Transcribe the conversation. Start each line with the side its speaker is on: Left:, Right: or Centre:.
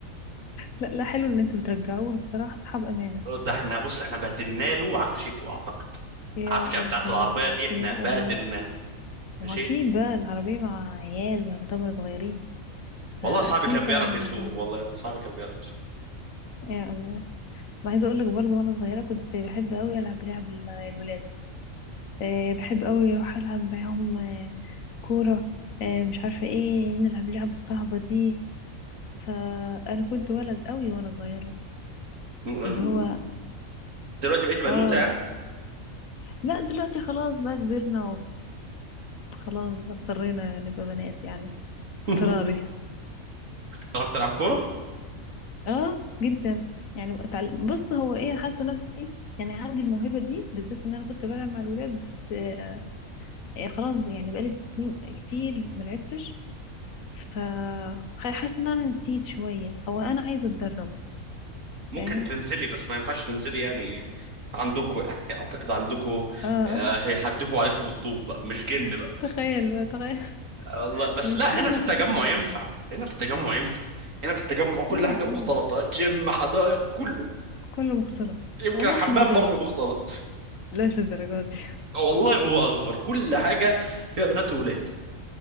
Left: لا لا حلو إن أنتوا بترجعوها بصراحة أصحاب أمانة
Right: ده احنا بص احنا بهدلنا له عفشته اعتقد
Left: يا
Right: العفشه بتاعت
Left: الله
Right: العربيه دي احنا
Left: يا
Right: بهدلناها
Left: الله
Right: ماشي
Left: ما هو أكيد بقى العربية مع عيال يعتبر صغيرين فأكيد
Right: والله صاحبي كان
Left: طبعا
Right: بيعرف
Left: هيبهدلوه
Right: يسوق والله صاحبي كان بيعرف يسوق
Left: يا الله أنا عايزة أقول لك برضه وأنا صغيرة كنت بحب أوي ألعب لعب ال- الولاد آه، بحب قوي اروح العب معاهم آه، كوره آه، مش عارفه ايه نلعب لعب الصعبه دي فانا كنت ولد قوي وانا صغيره
Right: م-
Left: اللي
Right: م-
Left: هو
Right: دلوقتي بقيتي بنوته
Left: اه
Right: يعني
Left: لا دلوقتي خلاص بقى كبرنا فخلاص بقى اضطرينا نبقى بنات يعني اضطراري
Right: <laughs> تعرف تلعب كوره
Left: اه جدا يعني بقى اتعلم بص هو ايه حاسه نفسي يعني عندي الموهبه دي بالذات ان انا كنت بلعب مع الولاد بس آه، آه، خلاص يعني بقالي سنين كتير ما لعبتش ف حاسه ان انا نسيت شويه او انا عايزه اتدرب
Right: ممكن
Left: فاهم
Right: تنزلي بس ما ينفعش تنزلي يعني عندكوا يعني اعتقد عندكوا
Left: اه
Right: آه،
Left: <laughs>
Right: هيحدفوا عليكم بالطوب بقى مش جن بقى
Left: تخيل بقى تخيل
Right: والله بس
Left: المشكله
Right: لا هنا في
Left: مفيش
Right: التجمع
Left: نادي
Right: ينفع هنا في التجمع ينفع هنا في التجمع كل
Left: امم
Right: حاجة
Left: إمم.
Right: مختلطة جيم حدائق كله
Left: كله مختلط
Right: يمكن
Left: والله
Right: الحمام
Left: حاجه حلوه
Right: برضه
Left: دي
Right: مختلط
Left: لاش للدرجات دي
Right: والله ما بهزر كل حاجة فيها بنات وولاد